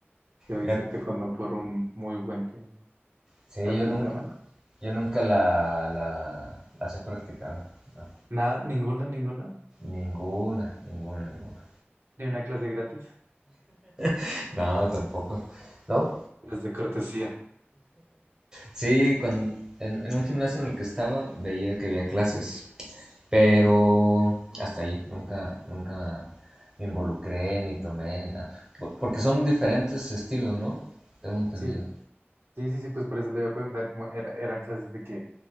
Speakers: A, on the right (about 65°); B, on the right (about 15°).
A: Yo
B: Fíjate,
A: hice taekwondo por un muy buen tiempo.
B: Sí,
A: ¿Hasta
B: yo nunca,
A: le traman?
B: yo nunca la, la, las he practicado. No,
A: Nada, ninguna, ninguna,
B: ninguna, ninguna, ninguna.
A: ni una clase gratis,
B: <laughs> No, tampoco. No,
A: las de cortesía.
B: Sí, cuan- en, en un gimnasio en el que estaba veía que había clases, pero hasta ahí, nunca, nunca me involucré, ni tomé, ni nada. Po- Porque son diferentes estilos, ¿no? Tengo entendido.
A: Sí, sí, sí, sí, pues por eso le iba a preguntar cómo era- eran clases de qué,